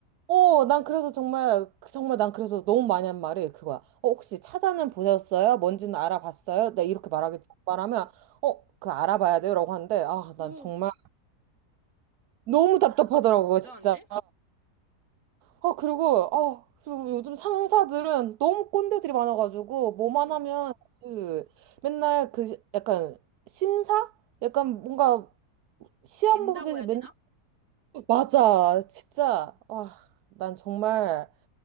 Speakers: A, on the right; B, on the right.
A: 어, 난 그래서 정말, 정말 난 그래서 너무 많이 한 말이 그거야. 어, 혹시 찾아는 보셨어요? 뭔지는 알아봤어요? 나 이렇게 말하기, 말하면, 어, 그 알아봐야 돼요? 라고 하는데, 아,
B: 오.
A: 난 정말 너무 답답하더라고,
B: 대단한데?
A: 진짜. 아, 그리고, 아, 그리고 요즘 상사들은 너무 꼰대들이 많아가지고, 뭐만
B: 응.
A: 하면, 그, 맨날 그, 시- 약간, 심사? 약간 뭔가, 시험
B: 잰다고
A: 보듯이
B: 해야
A: 맨날,
B: 되나?
A: 맞아, 진짜. 아, 난 정말.